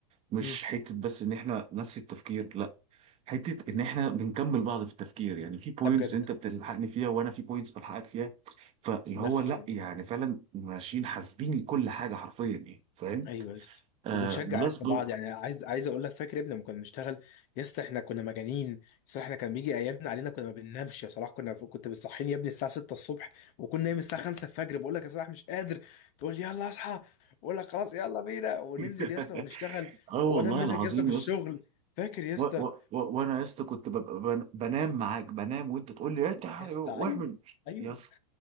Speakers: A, on the right (about 35°); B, on the left (about 45°).
A: مش
B: مم.
A: حته بس ان احنا نفس التفكير لا حته ان احنا بنكمل بعض في التفكير يعني في بوينتس
B: ده بجد
A: انت بتلحقني فيها وانا في بوينتس بلحقك فيها فاللي
B: ده
A: هو
B: فعلا
A: لا يعني فعلا ماشيين حاسبين كل حاجه حرفيا يعني فاهم
B: ايوه يا اسطى
A: آه
B: وبنشجع
A: بلس
B: يا اسطى
A: بر
B: بعض يعني عايز عايز اقول لك فاكر يا ابني لما كنا بنشتغل يا اسطى احنا كنا مجانين صلاح احنا كان بيجي ايامنا علينا كنا ما بننامش يا صلاح كنا كنت بتصحيني يا ابني الساعه 6 الصبح وكنا نايم الساعه 5 الفجر بقول لك يا صلاح مش قادر تقول لي يلا اصحى اقول لك خلاص يلا بينا وننزل
A: <laughs>
B: يا اسطى ونشتغل
A: اه والله
B: وانام منك
A: العظيم
B: يا اسطى في
A: يا
B: الشغل
A: اسطى
B: فاكر يا اسطى
A: و- و- و- وانا يا اسطى كنت ببقى بن- بنام معاك بنام وانت تقول لي انت
B: يس
A: واعمل
B: ايوه ايوه
A: يا اسطى